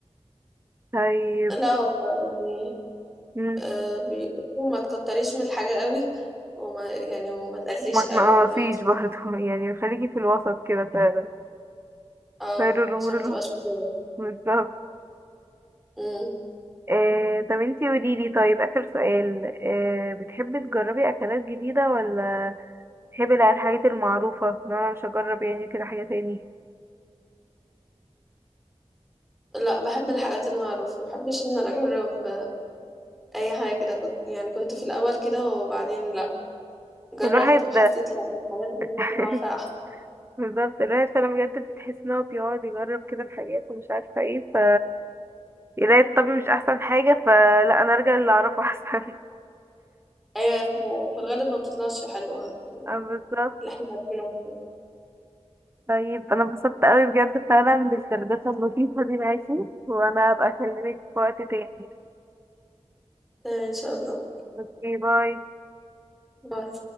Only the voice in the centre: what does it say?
لا هو يعني
آه بيقولوا ما تكتريش من الحاجة قوي وما يعني وما تقليش
قوي
فاللي هو هت-
اه
عشان ما
تبقاش مضرة
امم
لا بحب الحاجات المعروفة ما بحبش ان انا اجرب اي حاجه كده كنت يعني كنت في الاول كده وبعدين لا جربت
وحسيت لا الحاجات اللي انا
كنت عارفاها احسن
ايوه ف- في الغالب ما بتطلعش حلوه
اللي احنا عارفينه أحسن.
تمام ان شاء الله
باي